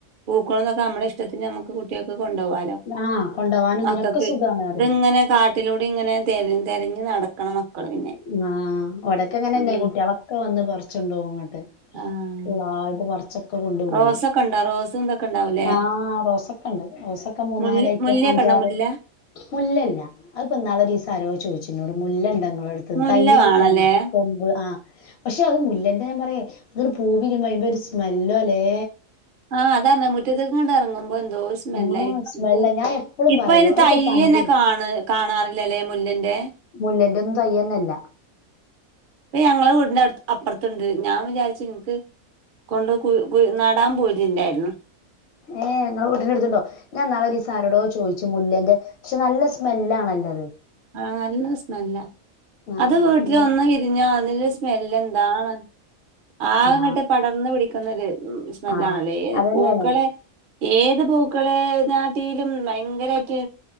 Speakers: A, on the right; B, on the left.
A: പൂ ക്കളുന്നൊക്കെ നമ്മടെ ഇഷ്ടത്തിന് നമ്മക്ക് കുട്ടികക്ക് കൊണ്ടാവാലോ
B: ആഹ് കൊണ്ടോവാനും
A: മക്കക്ക്
B: ഇതിനൊക്കെ സുഖാണ് പറയും.
A: ഇതിങ്ങനെ കാട്ടിലൂ ടെ ഇങ്ങനെ തെരഞ്ഞ് തെരഞ്ഞ് നടക്കണം മക്കള് പിന്നെ
B: ഉം ആഹ് അവിടക്കെങ്ങനെന്നെയ
A: ഉം
B: കുട്ടികളൊക്കെ വന്ന് പറച്ച്ണ്ടോകും ഇങ്ങട്ട്
A: ആഹ്
B: നന്നായിട്ട് പറിച്ചൊക്കെ കൊണ്ടു പോകും
A: റോസൊക്കെ ഉണ്ടോ റോസും ഇതൊക്കെ ഉണ്ടാവൂലേ
B: ആഹ് റോസെക്ക എണ്ട് റോസെക്ക മൂന്നാല്
A: മുല്ല
B: ഐറ്റം
A: മുല്ലയൊക്കെ
B: അഞ്ചാറ്
A: ഉണ്ടോ മുല്ല
B: മുല്ലല്ല അതിപ്പിന്നാളൊരീസം ആരോ ചോദിച്ചെന്നോട് മുല്ലണ്ട ഇങ്ങള അടുത്തന്ന്
A: മുല്ല
B: തയ്യ് കിട്ടാൻ
A: വേണല്ലേ
B: കൊമ്പ് ആഹ് പക്ഷെ അത് മുല്ലൻന്റെ ഞാൻ പറയാ അതൊട് പൂവിരിയുമ്പാ അയ്‌ന്റൊരു സ്മെല്ലോല്ലേ
A: ആഹ് അതാണ് മുറ്റത്തേക്കിങ്ങട് ഇറങ്ങുമ്പോ എന്തോരു സ്മെല്ലായിരിക്കും
B: ആ സ്മെല്ലാ
A: <unintelligible>
B: ഞാൻ എപ്പളും
A: ഇപ്പ
B: പറയും
A: അതിന്റെ
B: അതൊക്കെ
A: തയ്യന്നെ
B: പണ്ട്
A: കാണ കാണാറില്ലല്ലെ മുല്ലന്റെ
B: മുല്ലന്റൊന്നും തയ്യെന്നല്ല
A: <unintelligible> ഞങ്ങളെ വീടിന്റെ അടു അപ്പറത്തുണ്ട് ഞാൻ വിചാരിച്ച് ഇങ്ങക്ക് കൊണ്ട് കു കു നടാൻ പോയിതിണ്ടായിരുന്നു
B: ഏഹ് നിങ്ങളെ വീട്ടിന്റടുത്തുണ്ടോ ഞാൻ ഇന്നാളൊരീസം ആരോടോ ചോയിച്ചു മുല്ലന്റെ പക്ഷെ നല്ല സ്മെല്ലാണല്ലോ അത്
A: ആഹ് നല്ല സ്മെല്ലാ
B: ആ
A: അത് വീട്ടിലൊന്ന്
B: എന്താ
A: വിരിഞ്ഞോ അതിന്റെ സ്മെല്ലെന്താണ് ആകങ്ങട്ട്
B: ആ
A: പടർന്ന് പിടി ക്കുന്ന ഒര് സ്മെല്ലാണല്ലേ
B: ആ
A: ഏഹ്
B: അതന്നെയാണ്
A: പൂക്കളെ ഏത് പൂ ക്കളെക്കാട്ടിലും ഭയങ്കരായിട്ട്